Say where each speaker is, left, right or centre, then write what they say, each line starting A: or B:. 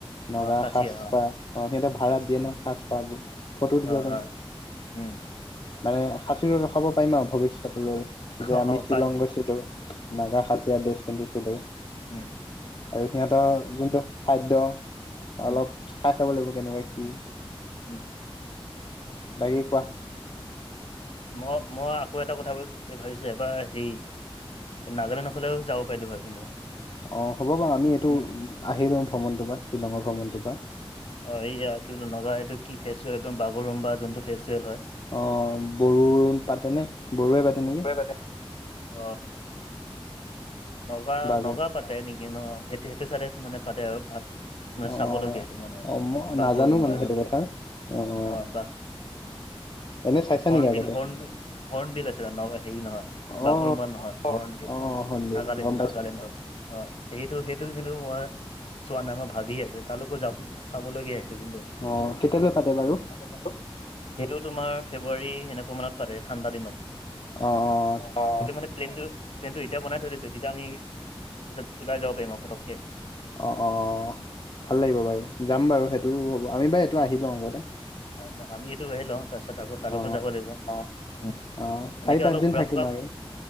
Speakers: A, on the left; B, on the left.
A: নগা
B: অ খাচিয়া
A: সাজপাৰ
B: অ
A: অ সিহঁতে ভাড়াত দিয়ে ন সাজপাৰ বোৰ ফটো উঠিব
B: অ
A: পাৰিম,
B: অ উম
A: মানে সাঁচি ৰাখাব পাৰিম আও ভৱিষ্যতলৈ
B: অ
A: যে আমি
B: হক।
A: শ্বিলং গৈছিলো নাগা হাচিয়া ড্ৰেছ পিন্ধিছিলো।
B: উম
A: আৰু সিহঁতৰ যোনটো খাদ্য, অলপ
B: উম,
A: খায় চাব লাগিব কেনেকুৱা কি!
B: উম।
A: বাকী কোৱা।
B: মই মই আকৌ এটা কথা ভাবিছো এবাৰ হেই এই নাগালেণ্ডৰ ফালেও যাব পাৰিলো হয় কিন্তু।
A: অঁ হ'ব বাৰু আমি এইটো
B: উম,
A: আহি লওঁ ভ্ৰমণটোৰ পৰা শ্বিলঙৰ ভ্ৰমণটোৰ পৰা।
B: অ এইয়া কি বোলে নগা এইটো কি ফেচ হয় বাগৰুম্বা যোনটো ফেষ্টভেল হয়।
A: অ বড়ো পাতেনে বড়োৱে পাতে নেকি?
B: অ নগা
A: বাৰু
B: নগা পাতে নেকি ন? সেইটো সেইটো চাইডে মানে পাতে আৰু ভাল মানে
A: অ
B: চাবলগীয়া
A: অ
B: সেইটো মানে আও,
A: অ মই
B: বাগৰুম্বা
A: নাজানো মানে সেইটো
B: যোনটো
A: কথা অ অ
B: অঁহ বা
A: এনে চাইছা
B: হৰ্ণবিল
A: নেকি আগতে
B: হণ হৰ্ণ বিল আছে ছিলে নগা হেৰি নহয় বাগুৰুম্বা
A: অ
B: নহয় হৰ্ণবিল
A: অ হৰ্ণবিল
B: নাগালেণ্ড,
A: গম পাইছোঁ
B: নাগালেণ্ডত অ সেইটো সেই সেইটো কিন্তু মই, চোৱা নাই মই ভাবি আছো তালোকো যাব চাবলগীয়া সেইটো কিন্তু।
A: অঁহ কেতিয়ালৈ পাতে বাৰু?
B: সেইটো তোমাৰ ফেব্ৰুৱাৰী এনেকুৱা মানত পাতে ঠাণ্ডা দিনত।
A: অঁহ।
B: অঁ, সেইটো মানে প্লেনটো প্লেনটো এতিয়া বনাই থৈ দিছোঁ, তেতিয়া আমি, পিছত ওলাই যাব পাৰিম আৰু পটকে।
A: অঁহ অঁহ ভাল লাগিব বাৰু, যাম বাৰু সেইটো হ'ব আমি বাৰু এইটো আহি লম আগতে।
B: ন আমি এইটো আহি লওঁ। তাৰপিছত আকৌ তালোকো
A: অ
B: যাব লাগিব, অঁ উম,
A: অ
B: এনেকে
A: চাৰি পাঁচদিন
B: অলপ ঘুৰা
A: থাকিম
B: ফকা
A: আৰু